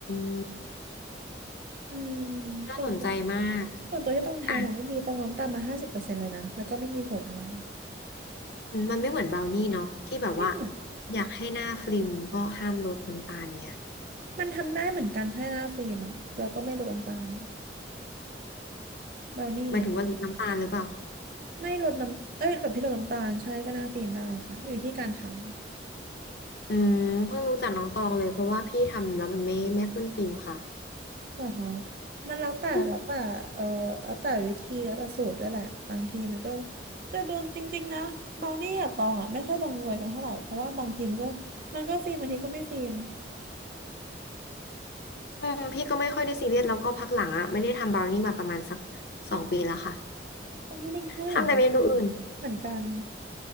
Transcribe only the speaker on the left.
ม
น่าสนใจมาก
อ่ะอืมมันไม่เหมือนบราวนี่เนาะที่แบบว่า
อยากให้หน้าฟลิมก็ห้ามลดน้ำตาลเนี่ย
หมายถึงว่าลดน้ำตาลหรือเปล่า
อืมเพิ่งรู้จักน้องตองเลยเพราะว่าพี่ทำแล้วมันไม่ไม่ขึ้นฟิล์มค่ะ
อืม
อืมพี่ก็ไม่ค่อยได้ซีเรียสแล้วก็พักหลังอ่ะไม่ได้ทำบราวนี่มาประมาณสักสองปีแล้วค่ะ
ทำแต่เมนูอื่น